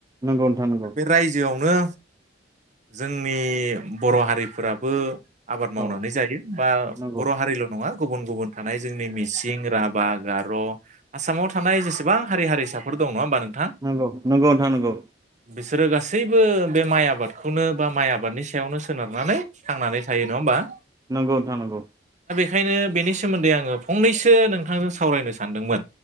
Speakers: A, on the right (about 20°); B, on the right (about 40°).
A: नंगौ नोंथां नंगौ
B: बे रायजोआव नो जोंनि बर' हारिफोराबो आबाद मावनानै
A: औ
B: जायो बा
A: नंगौ
B: बर' हारिल' नङा। गुबुन गुबुन थानाय जोंनि मिसिं राभा, गार' आसामाव थानाय जेसेबां हारि हारिसाफोर दं नङा होमबा नों
A: नंगौ नंगौ नोंथां नंगौ।
B: बिसोरो गासैबो बे माइ आबादखौनो बा माइ आबादनि सायावनो सोनारनानै थांनानै थायो नङा होमबा?
A: नंगौ नोंथा नंगौ।
B: ओंखायनो बे सोमोन्दै आङो फंनैसो नों बिथांजों सावरायनो सानदोंमोन।